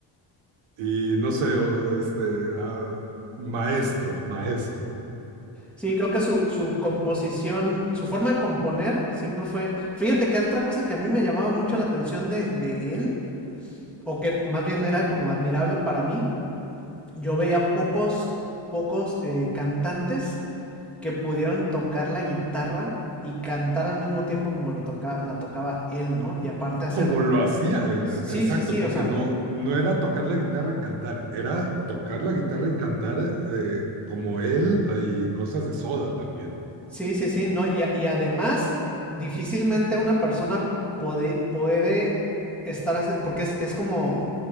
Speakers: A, on the right; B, in the centre.
A: Y no sé, o, este, ah, maestro, maestro.
B: Sí, creo que su, su composición, su forma de componer siempre fue... Fíjate que otra cosa que a mí me llamaba mucho la atención de, de él, o que más bien era como admirable para mí, yo veía pocos, pocos eh, cantantes que pudieran tocar la guitarra y cantar al mismo tiempo como lo toca, la tocaba él, ¿no? Y aparte hacer...
A: Como lo hacía él,
B: Sí,
A: ah, exacto,
B: sí, sí,
A: porque
B: o sea,
A: no, no era tocar la guitarra y cantar, era tocar la guitarra y cantar eh, como él y cosas de Soda también.
B: Sí, sí, sí, no, y, a- y además, eh, difícilmente una persona puede, puede estar, hace- porque es, es como,